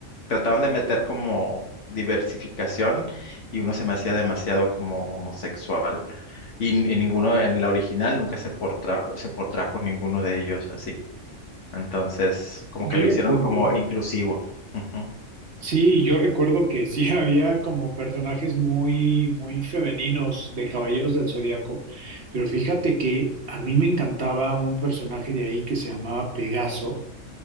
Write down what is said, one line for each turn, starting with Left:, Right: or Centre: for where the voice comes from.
Left: trataron de meter como diversificación y uno se me hacía demasiado como homosexual. Y, y ninguno en la original nunca se portra- se portrajo ninguno de ellos así. Entonces, como
Right: Yo
Left: que lo
Right: recuerdo
Left: hicieron como inclusivo. Ujú,
Right: Sí, yo recuerdo que sí <laughs> había como personajes muy, muy femeninos de Caballeros del Zodiaco, pero fíjate que a mí me encantaba un personaje de ahí que se llamaba Pegaso